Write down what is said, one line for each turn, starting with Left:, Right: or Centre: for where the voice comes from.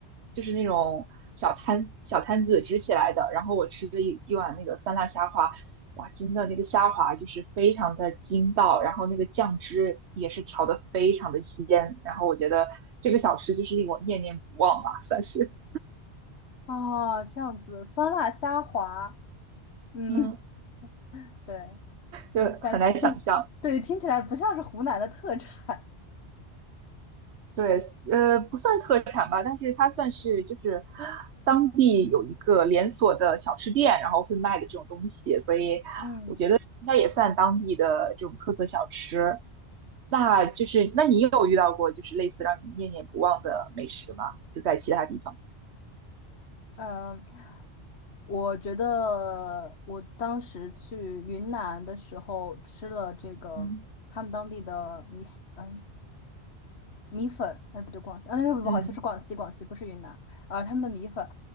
Right: 就是那种小摊小摊子支起来的。然后我吃了一一碗那个酸辣虾滑，哇，真的那个虾滑就是非常的筋道，然后那个酱汁也是调的非常的鲜。然后我觉得这个小吃就是令我念念不忘吧，算是
Left: 哦，这样子，酸辣虾滑，嗯，
Right: 嗯，
Left: <laughs> 对，
Right: 就很难想象。
Left: 但听，对，听起来不像是湖南的特产，
Right: 对，呃，不算特产吧，但是它算是就是当地有一个连锁的小吃店，然后会卖的这种东西，所以
Left: 嗯。
Right: 应该也算当地的这种特色小吃。那就是，那你有遇到过就是类似让你念念不忘的美食吗？就在其他地方。
Left: 嗯，我觉得我当时去云南的时候吃了这个他们当地的米线嗯，
Right: 嗯
Left: 米粉，哎，不对，广西，啊，那是不好意思，
Right: 嗯
Left: 是广西，广西不是云南啊，他们的米粉